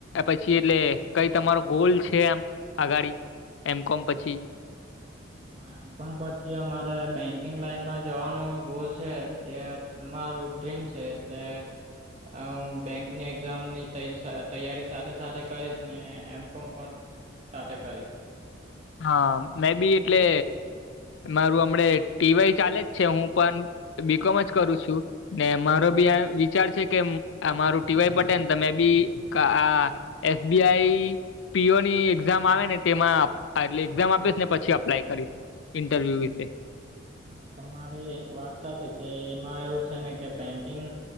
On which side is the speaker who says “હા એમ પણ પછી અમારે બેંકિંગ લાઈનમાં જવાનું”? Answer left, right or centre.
Right